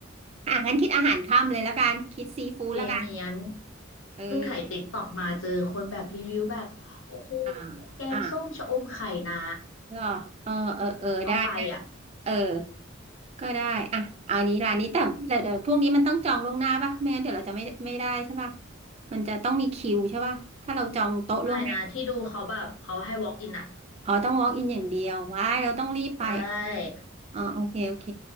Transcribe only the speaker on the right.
อ่ะงั้นคิดอาหารค่ำเลยแล้วกัน คิดซีฟู้ดแล้วกัน
เออ
อ่า
อ่าเ็อเออ เออเออได้ได้
เออก็ได้ อ่ะเอาอันนี้ร้านนี้แต่แต่เดี๋ยวพวกนี้มันต้องจองล่วงหน้าป่ะไม่งั้นเดี๋ยวเราจะไม่ไม่ได้ใช่ป่ะมันจะต้องมีคิวใช่ป่ะถ้าเราจองโต๊ะล่วงหน้า
อ๋อต้อง walk in อย่างเดียวว้ายเราต้องรีบไป
อ๋อโอเคโอเค